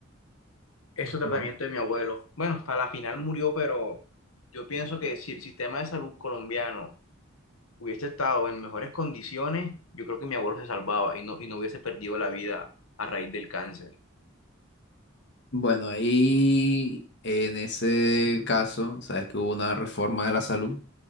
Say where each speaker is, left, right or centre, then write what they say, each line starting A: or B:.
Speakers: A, on the left; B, on the left.
A: ese
B: ok.
A: tratamiento de mi abuelo. Bueno, hasta la final murió, pero yo pienso que si el sistema de salud colombiano hubiese estado en mejores condiciones, yo creo que mi abuelo se salvaba y no, y no hubiese perdido la vida a raíz del cáncer.
B: Bueno, ahí en ese caso, sabes que hubo una reforma de la salud.